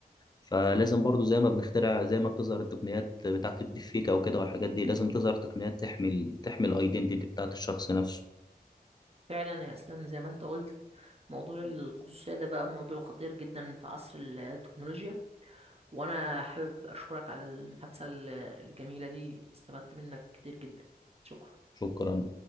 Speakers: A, on the left; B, on the right.
A: فلازم برضو زي ما بنخترع زي ما بتظهر التقنيات بتاعة الديب فيك او كده والحاجات دي لازم تظهر تقنيات تحمي ال- تحمي الايدنتيتي بتاعة الشخص نفسه
B: فعلا يا اسلام زي ما انت قلت موضوع الخصوصيه ده بقى موضوع خطير جدا في عصر التكنولوجيا وانا حابب اشكرك على المحادثة ال- الجميلة دي استفدت منك كتير جدا شكرا
A: شكرا